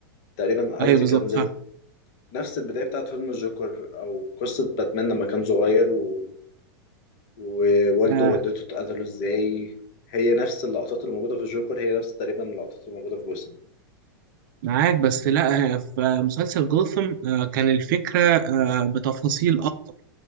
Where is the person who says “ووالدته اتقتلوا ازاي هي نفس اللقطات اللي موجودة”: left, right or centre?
Left